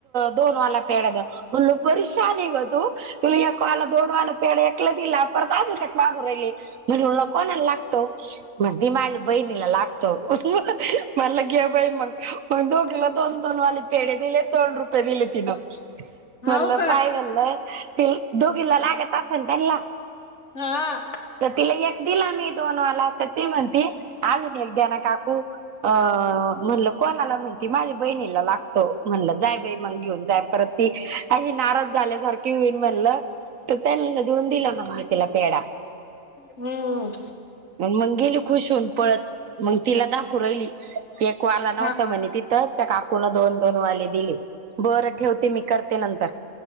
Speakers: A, on the right; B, on the left.
A: दोन वाला पेड्या द म्हणल परिशान ग तू तुला एक वाला दोन वाला पेड. त्यो दिला परत अजून एक मागू राहिले म्ह कोणाला लागतो मग ती माझ बहिणीला लागतो मला घे बाई मग मग दोघीला दोन दोन वाले पेढ दिले दोन रुपये दिले तिनं
B: हाव
A: म्हणल
B: का
A: पाय म्हणलं कि दोघिला लागत असल त्यां ला
B: हा
A: तर तिला एक दिला मी दोनवाला तर ती म्हणती अजून एक द्या ना काकू अ म्हणल कोणाला म्हणती माझ्या बहिणीला लागतो म्हणलं जाय बाई मग घेऊन जाय परत ती अशी नाराज झाल्यासारखी होईन म्हणलं त ते धऊून दिला म मा तिला पेडा
B: हम्म
A: मंग गेली खुश होऊन पळत मग तिला दाखवू राहिली एक वाला नव्हत
B: हा
A: म्हणे तिथंच त्या काकूून दोन दोन वाले दिले बरं ठेवते मी करते नंतर